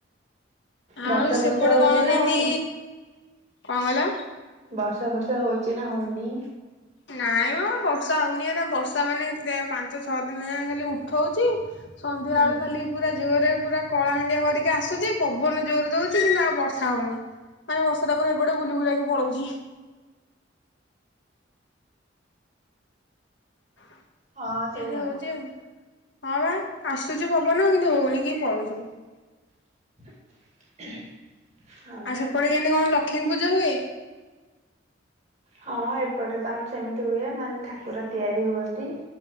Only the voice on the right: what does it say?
ବର୍ଷା
ଫର୍ଷା ହଉଚି
ନା
ହଉନି,
ବର୍ଷା ଫର୍ଷା ହଉ ଏଇନା ହଉନି
ହୁଁ
ହଁ ସେଇଆ
<inaudible>
ବା
ହଁ ଏପଟେ ତ ଆମର ସେମିତି ହୁଏ ମାନେ ଠାକୁର ତିଆରି ହୁଅନ୍ତି